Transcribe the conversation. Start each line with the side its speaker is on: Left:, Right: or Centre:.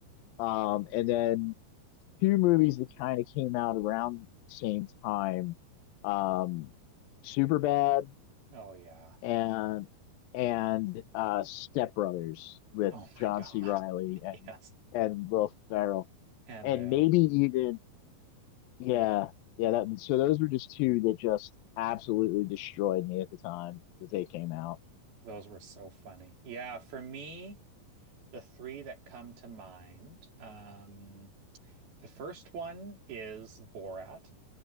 Left: Um, and then two movies that kind of came out around the same time, um, Superbad
Right: Oh, yeah.
Left: and and uh, Step Brothers with
Right: Oh, my
Left: John
Right: God.
Left: C. Riley
Right: <laughs>
Left: and
Right: Yes.
Left: and Will Ferrell,
Right: And
Left: and
Right: the,
Left: maybe even yeah, yeah. That so those were just two that just absolutely destroyed me at the time that they came out.
Right: those were so funny. Yeah. For me, the three that come to mind, um, the first one is Borat.